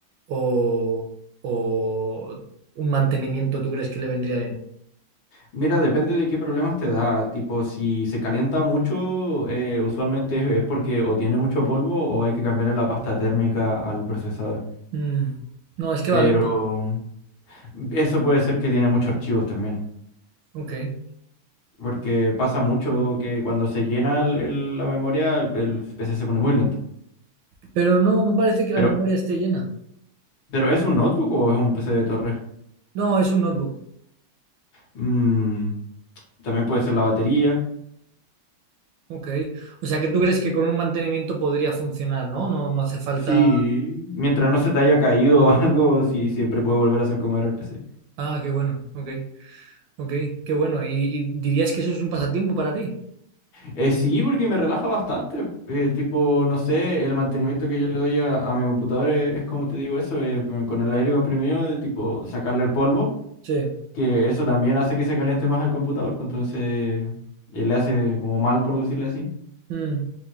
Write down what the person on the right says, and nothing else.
o, o un mantenimiento tú crees que le vendría bien?
Mm, No, es que
va lento.
Ok.
Pero no, no parece que
la memoria esté llena.
No, es un notebook.
Ok. O sea que tú crees que con un mantenimiento podría funcionar, ¿no? No, no hace falta.
Ah, qué bueno. Ok. Ok, qué bueno. ¿Y, y dirías que eso es un pasatiempo para ti?
Bueno,
Sí.
Mm,